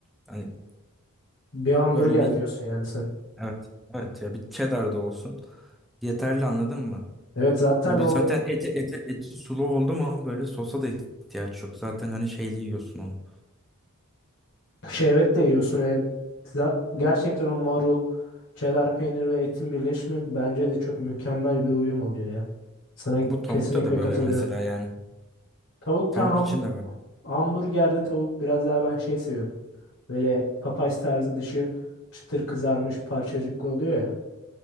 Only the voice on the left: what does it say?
Bir hamburger
diyorsun yani sen.
Evet zaten
o
şehvetle yiyorsun. E, za- gerçekten o marul, çedar peynir ve etin birleşimi bence de çok mükemmel bir uyum oluyor ya. Sana
kesinlikle
katılıyorum.
Tavukta
ham
hamburgerde tavuk biraz daha ben şey seviyorum. Böyle papaz tarzı dışı çıtır kızarmış parçacıklı oluyor ya.